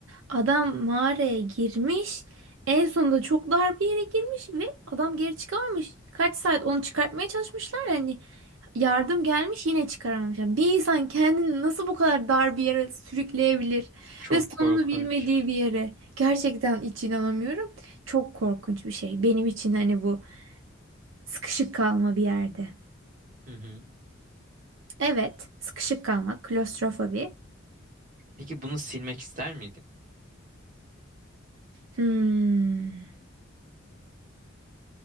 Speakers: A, on the right; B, on the right.
A: Adam mağaraya girmiş. En sonunda çok dar bir yere girmiş ve adam geri çıkamamış. Kaç saat onu çıkartmaya çalışmışlar. Yani yardım gelmiş yine çıkaramamış. Yani bir insan kendini nasıl bu kadar dar bir yere sürükleyebilir
B: Çok
A: ve sonunu
B: korkunç.
A: bilmediği bir yere. Gerçekten hiç inanamıyorum. Çok korkunç bir şey. Benim için hani bu sıkışık kalma bir yerde.
B: Hı hı.
A: Evet, sıkışık kalmak, klostrofobi.
B: Peki bunu silmek ister miydin?
A: Hmm.